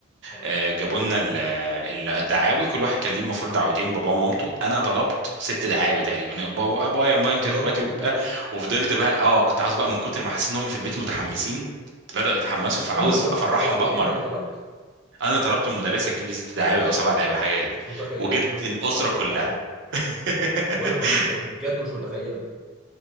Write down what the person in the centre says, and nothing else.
اه
طلبت
ست
دعاوي
انت طلبت
ست دعاوي
يعني
انت اللي طلبت
مش متخيلك
بتطلب
بصراحة ست
دعاوي
بقول لك مش متخيل مش بجد مش متخيلك